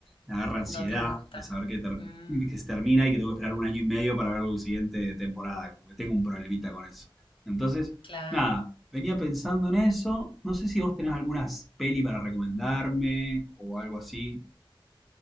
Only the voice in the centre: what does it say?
me agarra ansiedad
de saber que, ter-
que se termina y que tengo que esperar un año y medio para ver la siguiente temporada, como que tengo un problemita con eso. Entonces...
Nada, venía pensando en eso. No sé si vos tenés algunas peli para recomendarme o algo así.